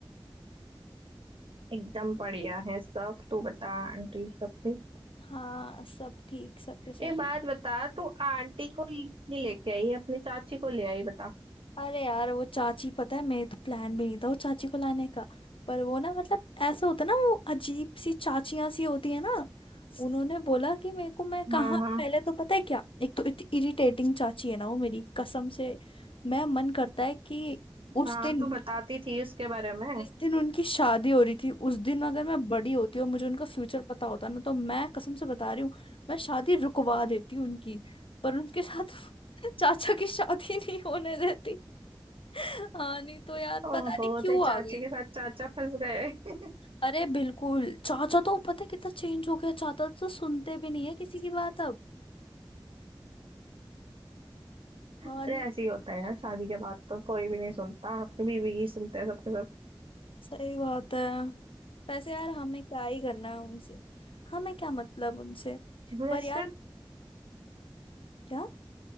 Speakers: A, on the right (about 85°); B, on the left (about 80°).
A: एकदम बढ़िया है सब तू बता आंटी सब ठीक
B: हाँ सब ठीक सबके सब
A: एक बात बता तू आंटी को नहीं लेके आई अपनी चाची को ले आई बता
B: अरे यार वो चाची पता है मेरे तो प्लान भी नहीं था वो चाची को लाने का पर वो ना मतलब ऐसा होता है ना वो अजीब सी चाचियां सी होती है ना उन्होंने बोला कि मेरे को मैं कहाँ
A: हाँ हाँ
B: पहले तो पता है क्या एक तो इतनी इरिटेटिंग चाची है ना वो मेरी कसम से मैं मन करता है कि उस
A: हाँ
B: दिन
A: तू बताती थी उसके बारे में
B: जिस दिन उनकी शादी हो रही थी उस दिन अगर मैं बड़ी होती और मुझे उनका फ्यूचर पता होता ना तो मैं कसम से बता रही हूँ मैं शादी रुकवा देती उनकी पर उनके साथ <laughs> चाचा की शादी नहीं होने देती <laughs> हाँ नहीं तो यार
A: ओहो
B: पता नहीं क्यों
A: तेरी चाची
B: आ गई
A: के साथ चाचा फंस गए <laughs>
B: अरे बिल्कुल चाचा तो पता है कितना चेंज हो गया चाचा तो सुनते भी नहीं है किसी की बात अब
A: अरे
B: हाँ नहीं
A: ऐसे ही होता है यार शादी के बाद तो कोई भी नहीं सुनता अपनी बीवी ही सुनते हैं सबके सब
B: सही बात है वैसे यार हमें क्या ही करना है उनसे हमें क्या मतलब उनसे
A: वैसे
B: पर यार क्या